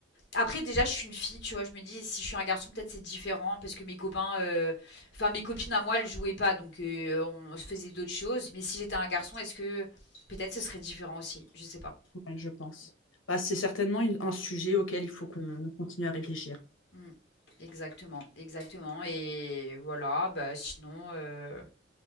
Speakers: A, on the left; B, on the left.
A: après, déjà, je suis une fille, tu vois. Je me dis, si je suis un garçon, peut-être c'est différent parce que mes copains, euh, enfin mes copines à moi, elles jouaient pas, donc euh, on se faisait d'autres choses. Mais si j'étais un garçon, est-ce que peut-être ce serait différent aussi Je sais pas.
B: Ouais, je pense. Bah, c'est certainement une- un sujet auquel il faut qu'on continue à réfléchir.
A: Hmm. Exactement, exactement. Et voilà, bah sinon, euh,